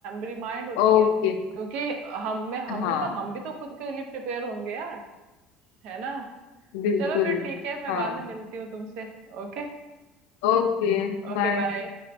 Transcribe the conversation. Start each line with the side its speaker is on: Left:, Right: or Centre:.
Right: रिमाइंड होती
Left: ओके
Right: है क्योंकि हम में हम
Left: हाँ
Right: मतलब हम भी तो खुद के लिए प्रिपेयर होंगे यार है ना
Left: बिल्कुल
Right: चलो फिर ठीक है मैं
Left: हाँ
Right: बाद में मिलती हूँ तुमसे ओके
Left: ओके
Right: Okay
Left: बाय
Right: bye